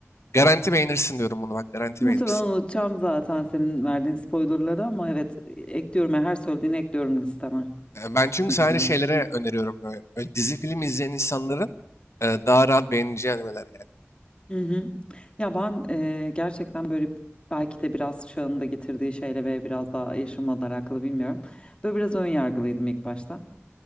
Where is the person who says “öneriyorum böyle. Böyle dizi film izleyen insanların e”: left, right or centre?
Left